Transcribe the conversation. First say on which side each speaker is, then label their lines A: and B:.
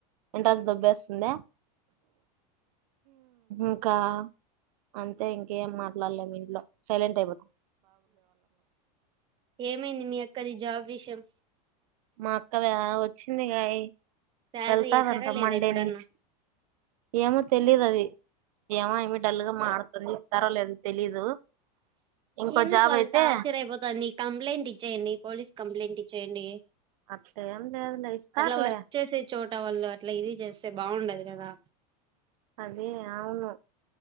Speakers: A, on the right; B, on the right.
A: ఇంట్రెస్ట్ స్తుంద ఇంకా అంతే ఇం ఏం మాట్లాడలేము ఇంట్లో సైలెంట్ అయిపో
B: ఏమైంది మీ అక్కది జాబ్ విషం
A: మా అక్కదా వచ్చింది గాయి
B: శాలరీ
A: వెళ్తాదంట
B: వేసారా లేదా
A: మండే
B: ఇప్పుడన్నా
A: నుంచి ఏమో తెలీదు అది ఏమో అయమ్మి డల్ గా మటతుంది ఇస్తారో లేదు తెలీదు ఇంకో
B: ఎందుకు
A: జాబ్
B: వాళ్ళు
A: అయితే
B: టార్చర్ అయిపోతుంది కంప్లైంట్ ఇచ్చేయండి పోలీస్ కంప్లైంట్ ఇచ్చేయండి
A: అట్లే ఏం లేదులే ఇస్తారులే
B: అట్లా వర్క్ చేసే చోట వాళ్ళు అట్లా ఇది చేస్తే బాగుండదు కదా
A: అదే అవును